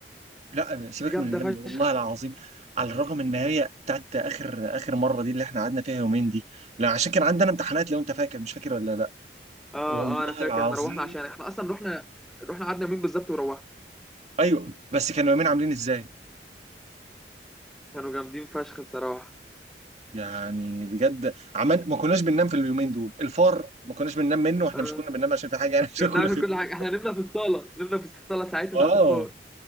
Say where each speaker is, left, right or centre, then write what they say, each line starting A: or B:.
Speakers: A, on the right; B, in the centre.
A: لا سيبك
B: دي جامده
A: من الجامده
B: فشخ
A: والله العظيم على الرغم ان هي بتاعت اخر اخر مره دي اللي احنا قعدنا فيها يومين دي لا عشان كان عندنا امتحانات لو انت فاكر مش فاكر ولا لا
B: اه
A: والله
B: اه انا فاكر
A: العظيم
B: احنا روحنا عشان احنا اصلا رحنا رحنا قعدنا يومين بالظبط وروحنا
A: ايوه بس كانوا يومين عاملين ازاي
B: كانوا جامدين فشخ بصراحه
A: يعني بجد عمل ما كناش بننام في اليومين دول الفار ما كناش بننام منه واحنا
B: اه
A: مش كنا بننام عشان في حاجه يعني عشان
B: كنا بنعمل
A: كنا خايفين
B: كل
A: من
B: حاجه
A: الفار.
B: احنا نمنا في الصاله نمنا في الصاله ساعتها
A: اه
B: ساعه الفار